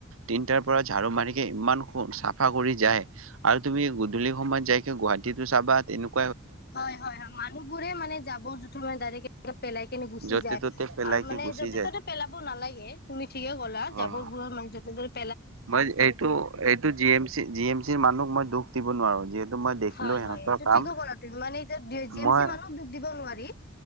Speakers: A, on the right; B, on the left.
A: তিনটাৰ পৰা ঝাাৰু মাৰিকে ইমান চাফা কৰি যায় আৰু তুমি গধূলি সময়ত যাইকে গুৱাহাটীতো চাবা তেনেকুৱা
B: হয় হয় হয় মানুহবোৰে মানে জাবৰ জোথৰ মানে ডাইৰেক্ট পেলাই কিনে গুচি
A: য'তে
B: যায়
A: ত'তে পেলাই
B: আৰু মানে
A: কি গুচি
B: য'তে
A: যায়
B: ত'তে পেলাব নালাগে তুমি ঠিকে ক'লা জাবৰবোৰৰ
A: অ
B: মানে য'তে ত'তে তৰে
A: মই এইটো এইটো G M C G M চিৰ মানুহক মই দুষ দিব নোৱাৰো যিহেতু মই দেখিলো
B: হয়
A: সিঁহতৰ
B: হয় এইটো
A: কাম
B: ঠিকে ক'লা তুমি মানে এতিয়া জি এম
A: মই
B: চি মানুহক দুখ দিব নোৱাৰি